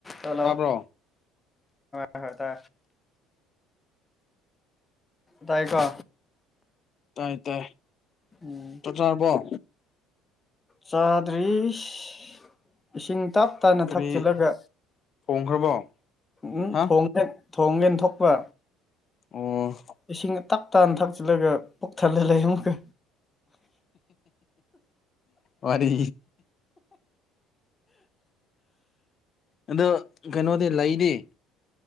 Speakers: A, on the left; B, on the left.
A: Hello
B: ꯇꯥꯕ꯭ꯔꯣ
A: ꯑ ꯍꯣ ꯇ ꯇꯥꯏꯀꯣ
B: ꯇꯥꯏ ꯇꯥꯏ
A: ꯎꯝ
B: ꯆꯊꯔꯔꯕꯣ
A: ꯆꯥꯗ꯭ꯔꯤꯁ ꯏꯁꯤꯡ ꯇꯞ ꯞꯇꯥꯥꯅ
B: ꯀꯔꯤ
A: ꯊꯛꯆꯤꯜꯂꯒ
B: ꯊꯣꯡꯈ꯭ꯔꯕꯣ
A: ꯎꯝ
B: ꯍꯥ
A: ꯊꯣꯡ ꯊꯣꯡꯉꯦꯟ ꯊꯣꯛꯄ
B: ꯑꯣꯝ
A: ꯏꯁꯤꯡ ꯇꯥꯛ ꯇꯥꯅ ꯊꯛꯆꯤꯜꯂꯒ ꯄꯨꯣꯛ ꯊꯜꯂ ꯂꯩ ꯑꯃꯨꯛꯀ
B: ꯋꯥꯔꯤ ꯑꯗꯣ ꯀꯩꯅꯣꯗꯤ ꯂꯩꯗꯤ